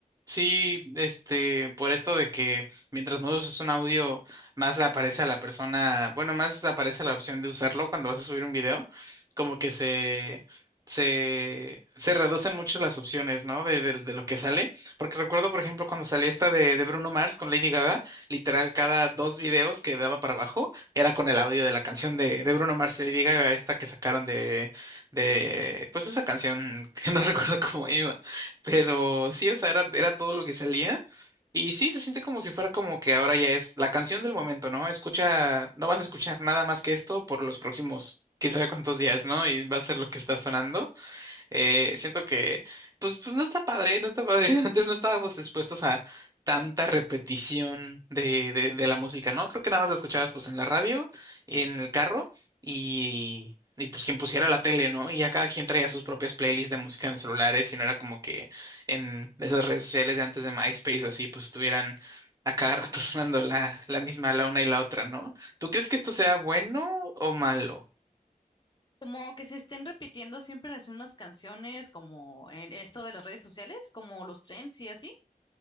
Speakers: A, on the right (about 25°); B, on the left (about 30°).
A: Sí, este, por esto de que mientras más usas un audio, más le aparece a la persona, bueno, más aparece la opción de usarlo cuando vas a subir un video, como que se, se, se reducen mucho las opciones, ¿no? De, de, de lo que sale, porque recuerdo, por ejemplo, cuando salió esta de, de Bruno Mars con Lady Gaga, literal, cada dos videos que daba para abajo era con el audio de la canción de, de Bruno Mars y Lady Gaga, esta que sacaron de, de, pues esa canción <laughs> que no recuerdo cómo iba. Pero sí, o sea, era, era todo lo que salía. Y sí, se siente como si fuera como que ahora ya es la canción del momento, ¿no? Escucha, no vas a escuchar nada más que esto por los próximos quién sabe cuántos días, ¿no? Y va a ser lo que está sonando. Eh, siento que, pues, pues no está padre, no está padre. <laughs> Antes no estábamos expuestos a tanta repetición de, de, de la música, ¿no? Creo que nada más la escuchabas pues en la radio, en el carro y, y pues quien pusiera la tele, ¿no? Y ya cada quien traía sus propias playlists de música en celulares y no era como que en esas redes sociales de antes de MySpace o así, pues estuvieran a cada rato <laughs> sonando la, la misma, la una y la otra, ¿no? ¿Tú crees que esto sea bueno o malo?
B: Como que se estén repitiendo siempre las mismas canciones, como en esto de las redes sociales, como los trends y así.